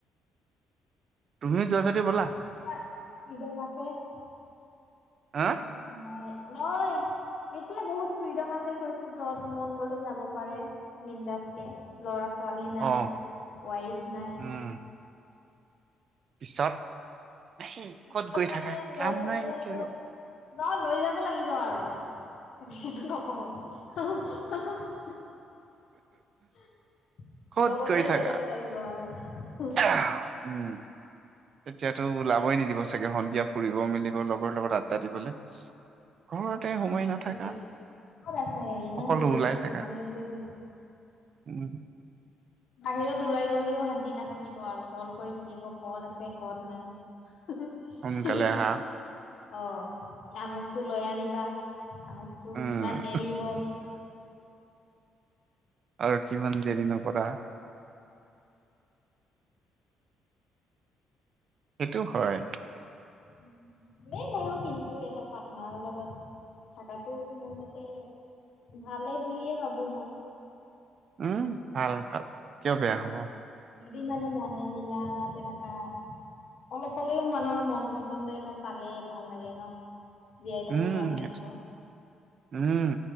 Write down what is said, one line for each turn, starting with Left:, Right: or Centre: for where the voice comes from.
Right: তুমি যোৱা যদি ব'লা
Left: এতিয়া, <unintelligible>
Right: হা
Left: নাই, নহয়। এতিয়া, বহুত ফ্ৰীডম আছে, কৈছোঁ! য'ত, মন গ'লে যাব পাৰে, বিন্দাছ কে। ল'ৰা- ছোৱালী নাই,
Right: অ
Left: ৱাইফ নাই।
Right: উম পিছত? নাই
Left: পিছত
Right: ক'ত গৈ
Left: মানে,
Right: থাকা কাম
Left: লৰা- ছোৱালী
Right: নাই নেকি
Left: আৰু নহয়, লৈ যাব লাগিব আৰু। সেইটো নকওঁ। <unintelligible>
Right: ক'ত
Left: লগতে,
Right: গৈ থাকা
Left: লৈ যাব লাগিব আৰু।
Right: <unintelligible> উম! এতিয়াতো, ওলাবই নিদিব চাগে, সন্ধিয়া ফুৰিব মেলিব, লগৰ লগত আড্ডা দিবলে। ঘৰতে সোমাই
Left: আৰু
Right: নাথাকা।
Left: গ'লেও ক'ত আছে? ইমান
Right: সকলো
Left: দেৰি
Right: ওলাই
Left: হ'ল,
Right: থাকা
Left: অহা নাই যে? বো
Right: উম!
Left: বাহিৰত ওলাই গ'লেও, শান্তি নাথাকিব আৰু ক'ল কৰি থাকিব। ক'ত আছে, ক'ত নাই। <unintelligible>
Right: সোনকালে আহা
Left: অ'! আমুকটো লৈ আনিবা? আমোকতো,
Right: উম
Left: ইমান দেৰি হ'ল?
Right: আৰু কিমান দেৰি নকৰা? সেইটো, হয়।
Left: উম! ভালেই বাৰু কিন্তু, এটা পাৰ্টনাৰৰ লগত থকাটো, মোৰ মতে ভালে বুলিয়ে ভাবোঁ মই।
Right: উম, ভাল-ভাল! কিয় বেয়া হ'ব?
Left: যদি মানে, মনে মিলা বা তেনেকুৱা অলপ হ'লেও, মানুহৰ মন পচন্দ এটা পালে, ভাল লাগে ন'! জীয়াই থাকি
Right: উম
Left: ভাল লাগিব।
Right: সেইটো উম!